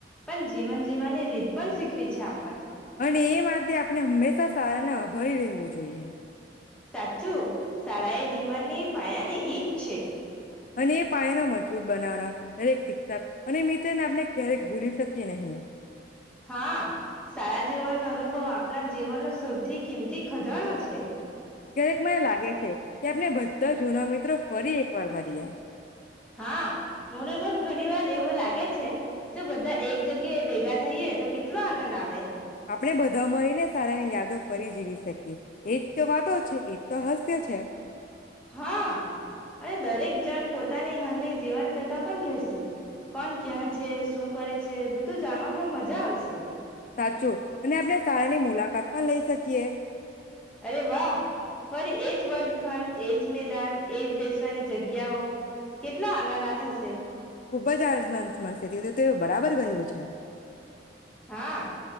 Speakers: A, in the centre; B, on the left.
A: પન જીવન જીવાની રીત પણ શીખવી છે આ
B: અને એ માટે આપણે હમ્મેશા સારાના ભરી રેહવું જોઈએ.
A: સાચું, શાળા એ જીવનની પાયાની ઈટ છે.
B: અને એ પાયાને મજબૂત બનાવનાર દરેક શિક્ષક અને મિત્રને આપને ક્યારેક ભૂલી શકીએ નહીં.
A: હા, સારા જીવનનો અનુભવ આપણા જીવનનો સૌથી કિંમતી ખજાણો છે.
B: ક્યારેક મને લાગે છે કે, આપને બદ્ધા જૂના મિત્રો ફરી એકવાર મરીએ.
A: હા, મને પણ ઘણી વાર એવું લાગે છે કે બધા એક જગ્યાએ ભેગા થઈએ તો કેટલો આનન આવે.
B: આપણે બધા મળીને સારાની યાદો ફરી જીવી સકીએ. એજ તો વાતો છે. એજ તો હાસ્ય છે.
A: હા અને દરેક જણ પોતાની હાલની જીવન કથા પન કહેશે. કોન ક્યાં છે, શું કરે છે બધું જાણવામાં મજા આવશે.
B: સાચું, અને આપને સારાની મુલાકાત પણ લઈ શકીએ.
A: અરે વાહ ફરી એજ વર્ગખંડ, એજ મેદાન, એજ બેસવાની જગ્યાઓ કેટલા આનાના થશે.
B: ખુબ જ <unintelligible> મળશે <unintelligible> તેઓ બરાબર કહ્યું છે.
A: હા.